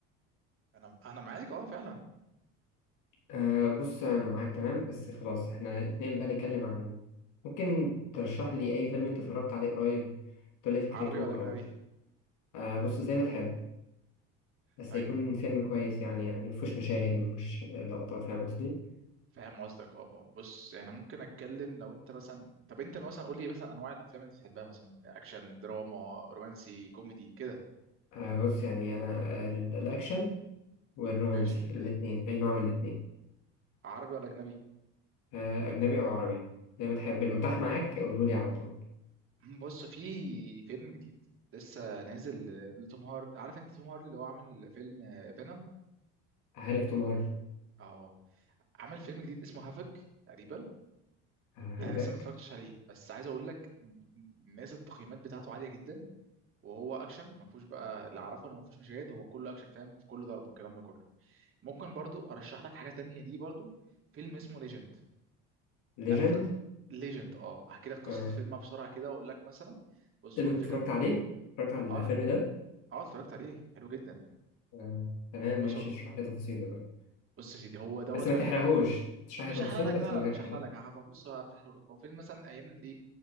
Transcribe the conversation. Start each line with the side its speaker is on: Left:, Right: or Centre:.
Right: انا انا معاك اه فعلا
Left: أه بص أنا معاك تمام بس خلاص احنا اتنقل بقى نتكلم عن ممكن ترشح لي أي فيلم أنت اتفرجت عليه قريب تقول لي فكرته
Right: عربي ولا اجنبي
Left: أو أه بص زي ما تحب بس
Right: طيب
Left: يكون فيلم كويس يعني يعني مفهوش مشاهد مفهوش لقطات فاهم قصدي
Right: فاهم قصدك اه اه بص يعني ممكن اتكلم لو انت مثلا طب انت مثلا قول لي مثلا انواع الافلام اللي بتحبها مثلا اكشن دراما رومانسي كوميدي كده
Left: أه بص يعني أنا آه، ال- الأكشن والرومانسي
Right: ماشي
Left: الاتنين أي نوع من الاتنين
Right: عربي ولا اجنبي
Left: أه أجنبي أو عربي زي ما تحب المتاح معاك قولهولي على طول
Right: <clears throat> بص في فيلم جديد لسه نازل آه، لتوم هارد عارف انت توم هاردي اللي هو عامل فيلم فينوم
Left: عارف توم هاردي
Right: اهو عامل فيلم جديد اسمه هافك تقريبا
Left: أه هداك
Right: انا لسه ما اتفرجتش عليه بس عايز اقول لك الناس التقييمات بتاعته عاليه جدا وهو اكشن ما فيهوش بقى اللي اعرفه انه ما فيهوش مشاهد هو كله اكشن فاهم في كل ضرب والكلام ده كله ممكن برضو ارشح لك حاجه تانية دي برضو فيلم اسمه ليجند
Left: ليجند
Right: تعرف ليجند اه احكي لك قصه
Left: أه
Right: الفيلم بسرعه كده واقول لك مثلا بص
Left: إيه اللي
Right: هو الفكره
Left: اتفرجت عليه اتفرجت على
Right: اه
Left: الفيلم
Right: أنا-
Left: ده
Right: اه اتفرجت عليه حلو جدا
Left: آه، تمام ماشي
Right: بص هو-
Left: اشرح لي تفاصيله طيب
Right: بص يا سيدي هو دوت
Left: بس ما
Right: واحد
Left: تحرقهوش اشرح
Right: مش
Left: لي تفاصيل
Right: هحرق لك
Left: بس
Right: لا
Left: من
Right: لا لا
Left: غير
Right: مش
Left: حرق
Right: هحرق لك هحف- بص هو مش هحرق لك هو فيلم مثلا ايام الايه